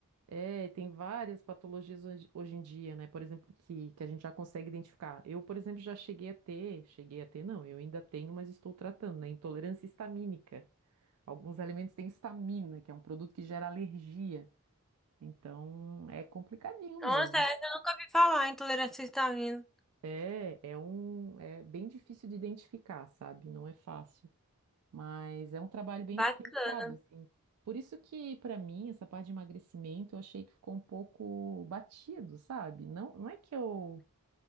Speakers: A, on the right (about 75°); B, in the centre.
A: é, tem várias patologias hoje, hoje em dia, né? Por exemplo, que, que a gente já consegue identificar. Eu, por exemplo, já cheguei a ter, cheguei a ter, não, eu ainda tenho, mas estou tratando, né? Intolerância histamínica. Alguns alimentos têm histamina, que é um produto que gera alergia. Então, é complicadinho
B: Nossa,
A: mesmo.
B: essa eu nunca ouvi falar, intolerância à histamina.
A: É, é um, é bem difícil de identificar, sabe? Não é fácil. Mas é um trabalho bem
B: Bacana.
A: diferenciado, assim. Por isso que, para mim, essa parte de emagrecimento, eu achei que ficou um pouco batido, sabe? Não, não é que eu,